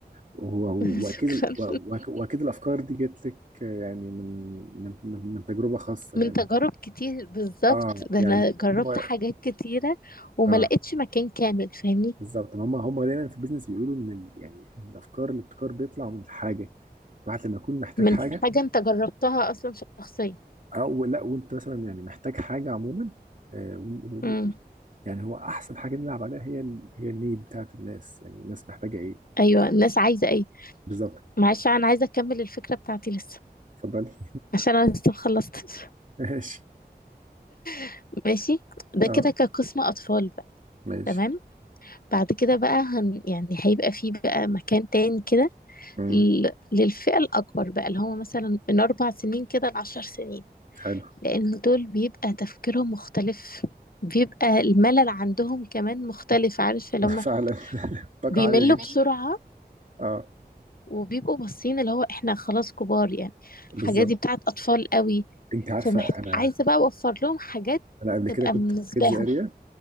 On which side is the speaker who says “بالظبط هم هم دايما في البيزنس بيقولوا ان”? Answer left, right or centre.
Right